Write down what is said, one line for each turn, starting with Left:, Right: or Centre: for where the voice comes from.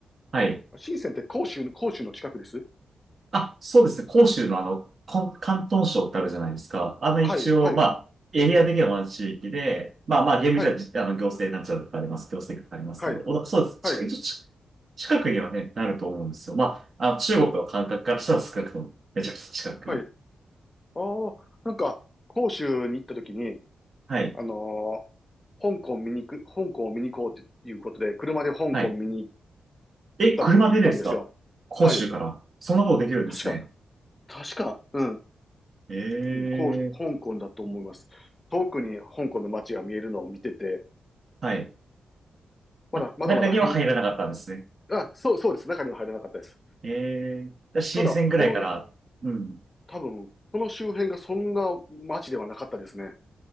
Right: はい。
Left: 深センって広州の、広州の近くです。
Right: あ、そうですね。広州のあの、こん、広東省ってあるじゃないですか。あの一応、
Left: はい、はい、
Right: まあ、エリア的には同じ地域で、まあまあ、厳密にはじあの行政なんちゃらとかあります。
Left: はい、
Right: 行政とかありますけど、
Left: はい、
Right: おなそうです。
Left: はい。
Right: 近い、一応ち近くにはね、なると思うんですよ。まあ、あの、中国の感覚からしたら少なくとも、めちゃくちゃ近く。
Left: はい。ああ、なんか、広州に行った時に、
Right: はい。
Left: あのー香港見に行く、香港を見に行こうっていうことで、車で香港見に行っ
Right: はい。え、
Left: た、
Right: 車でですか広州から。
Left: 行ったんですよ。はい。
Right: そんなことできるんですね。
Left: 確か、確か、うん、
Right: ええ
Left: うん、こう、香港だと思います。遠くに香港の街が見えるのを見てて、
Right: はい。
Left: まだ、
Right: あ、
Left: まだまだ変、
Right: 中には入らなかったんですね。
Left: あ、そう、そうです。中には入れなかったです。
Right: ええ新だから深センぐらいから、
Left: ただ、その、
Right: うん。
Left: 多分、その周辺がそんな街ではなかったですね。